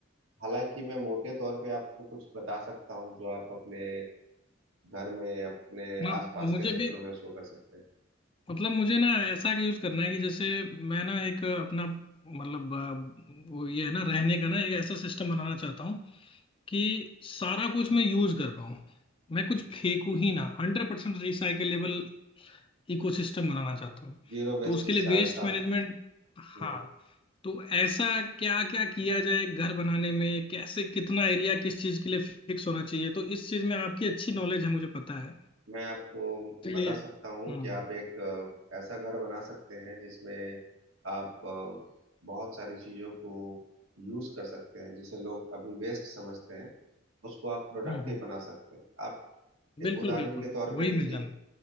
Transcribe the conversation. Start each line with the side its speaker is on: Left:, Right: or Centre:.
Right: हालांकि मैं मोटे तौर पे आपको कुछ बता सकता हूँ जो आप अपने घर में अपने
Left: ना
Right: आसपास
Left: मुझे
Right: के क्षेत्रों
Left: भी
Right: में उसको कर सकते
Left: मतलब मुझे ना ऐसा यूज करना है कि जैसे मैं ना एक अपना मतलब अ, वो ये है ना रहने का ना एक ऐसा सिस्टम बनाना चाहता हूँ कि सारा कुछ मैं यूज कर पाऊँ मैं कुछ
Right: हैं जी
Left: फेंकू ही ना हंड्रेड परसेंट रिसाइकलेबल इकोसिस्टम बनाना चाहता हूँ
Right: जीरो वेस्ट
Left: तो उसके
Right: डिस्चार्ज
Left: लिए वेस्ट
Right: आप
Left: मैनेजमेंट हाँ
Right: जी
Left: तो ऐसा क्या क्या किया जाए घर बनाने में कैसे कितना एरिया किस चीज के लिए फिक्स होना चाहिए तो इस चीज में आपकी अच्छी नॉलेज है मुझे पता है
Right: मैं आपको
Left: इसलिए
Right: बता सकता
Left: हम्म
Right: हूँ कि आप एक अ, ऐसा घर बना सकते हैं जिसमें आप अ, बहुत सारी चीज़ों को यूज़ कर सकते हैं जिसे लोग अभी वेस्ट समझते हैं उसको आप प्रोडक्टिव
Left: हम्म हम्म,
Right: बना सकते हैं आप एक
Left: बिल्कुल
Right: उदाहरण
Left: बिल्कुल
Right: के तौर
Left: वही
Right: पे लीजिए
Left: मिल जाना